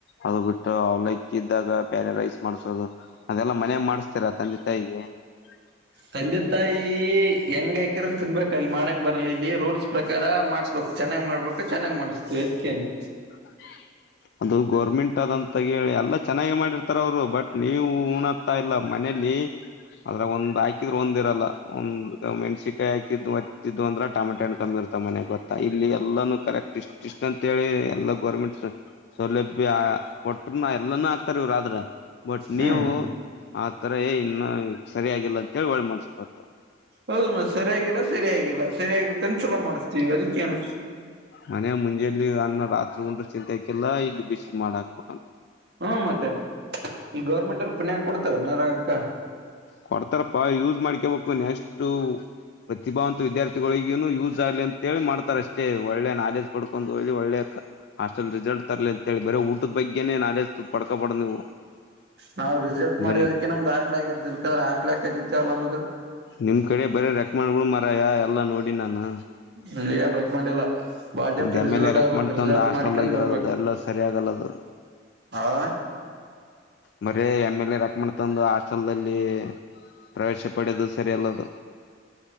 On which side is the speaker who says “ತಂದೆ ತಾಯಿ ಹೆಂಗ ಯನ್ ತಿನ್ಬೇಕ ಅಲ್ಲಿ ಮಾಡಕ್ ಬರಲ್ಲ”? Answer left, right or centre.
Right